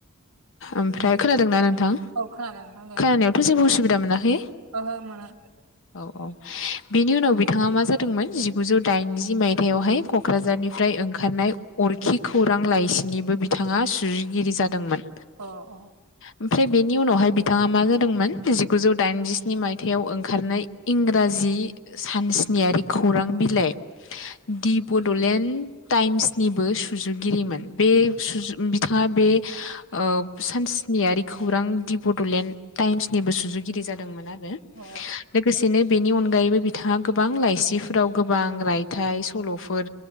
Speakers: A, on the left (about 60°); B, on the right (about 80°).
A: ओमफ्राय खोनादोंना नों नथां
B: औ खोनादों नोंथां दे
A: खोनानायावथ' जेबो असुबिदा मोनाखै?
B: ओहो मोना
A: औ औ बिनि उनाव बि बिथाङा मा जादोंमोन जिगुजौ दाइनजि मायथाइयावहाय क'क्राझारनिफ्राय ओंखारनाय अरखि खौ खौरां लाइसिनिबो बिथाङा सुजुगिरि जादोंमोन।
B: अ अ
A: ओमफ्राय बेनि उनावहाय बिथाङा मा जादोंमोन जिगुजौ दाइनजिस्नि मायथाइयाव ओंखारनाय इंराजि जि सानस नियारि खौरां बिलाइ दि बड'लेण्ड टाइम्सनिबो सुजुगिरिमो मोन बे सुजु बिथाङा बे ओ सानस्नियारि खौरां दि बड'लेण्ड टाइम्सनिबो सुजुगिरि जादोंमोन आरो। रो
B: अ
A: लोगोसेनो बेनि अनगायैबो बिथाङा गोबां लाइसिफोराव गोबां रायथाइ सल'फोर